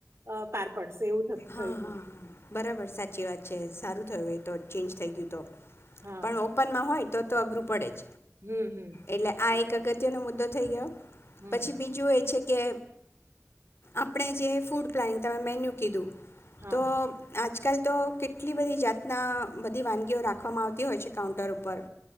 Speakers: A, on the right; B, on the left.
A: અ પાર પડશે એવું થયું
B: હા
A: હતું.
B: હા હા બરાબર સાચી વાત છે સારું થયું એ તો ચેન્જ થઈ ગયું તો.
A: હા
B: પણ ઓપનમાં હોય. તો તો અઘ્રું પડે જ.
A: હમ હમ
B: એટલે આ
A: બરોબર
B: એક અગત્ય નો મુદ્દો થઈ ગયો.
A: હમ
B: પછી બીજું એ છે કે આપણે જે ફૂડ પ્લાનિંગ તમે મેન્યુ કીધું.
A: હા
B: તો આજકાલ તો કેટલી બધી જાતના બધી વાનગીઓ રાખવામાં આવતી હોય છે કાઉન્ટર ઉપર